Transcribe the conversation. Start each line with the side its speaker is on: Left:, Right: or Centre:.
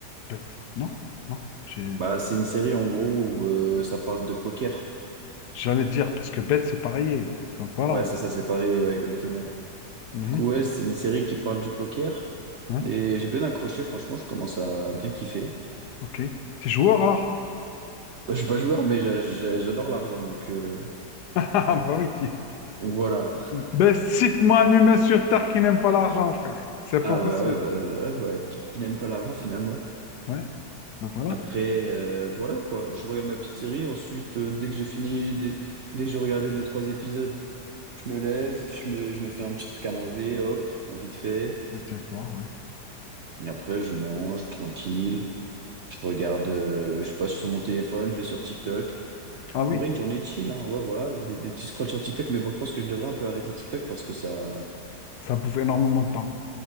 Left: Bête. Non? Non. J'ai-
Right: Bah, c'est une série en gros où euh, ça parle de poker.
Left: J'allais dire, parce que bête, c'est pareil. Donc, voilà.
Right: Ouais, c'est ça, c'est pareil, ouais, exactement.
Left: Mhm,
Right: Du coup, ouais, c'est une série qui parle du poker.
Left: hein,
Right: Et j'ai bien accroché, franchement, je commence à bien kiffer.
Left: OK. T'es joueur, alors?
Right: Je suis pas joueur, mais j'a- j'a- j'adore l'argent, donc, euh,
Left: <laughs> Ah, bah oui.
Right: donc voilà.
Left: Ben, cite-moi un humain sur Terre qui n'aime pas l'argent, frère. C'est
Right: Ah
Left: pas possible.
Right: bah ouais, bah, ah bah, qui, qui n'aime pas l'argent finalement.
Left: Ouais. Ben voilà,
Right: Après, euh, voilà quoi, je regarde ma petite série, ensuite euh, dès que j'ai fini, dès, dès que j'ai regardé deux, trois épisodes, je me lève, je me, je me fais un petit truc à manger, hop, en vite fait.
Left: Ben, c'est l'histoire, ouais.
Right: Et après, je mange tranquille, je regarde, euh, je passe sur mon téléphone, je vais sur TikTok.
Left: Ah oui,
Right: En vrai, une journée chill, hein, ouais, voilà, des, des petits scrolls sur TikTok, mais bon, je pense que je devrais un peu arrêter TikTok parce que ça,
Left: ça bouffe énormément de temps.